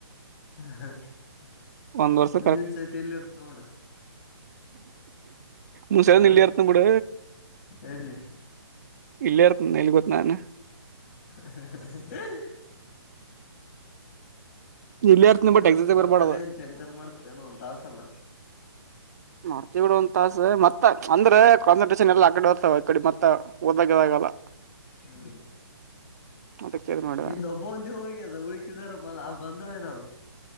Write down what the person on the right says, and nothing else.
ಒಂದ್ ವರ್ಷ
ಮುಸಾದ
ನಲ್ಲಿಯ ಅರ್ಥ ಕೂಡ
ಇಲ್ಲೇ ಇರ್ತ ಎಲ್ಲಿ ಗೊತ್ ನಾನು
ಇಲ್ಲೇ ಇರ್ತನ
ಬಟ್ ಎಕ್ಸಾಮ್
ಬರ್ಬಾರ್ದ
ನ್ತಿವಿ ಒಂದ ತಾಸ ಮತ್ತ ಅಂದ್ರೆಂದ ಟನ್ ಎಲ್ಲ ಆಗಡೆ ಬರ್ತವ ಅ ಕಡೆ ಮತ್ತ ಓದಾಗಿದಾಗಲ್ಲ
ಅದಕ್ಕೆ ಇದ್ ಮಾಡಿದಾಗ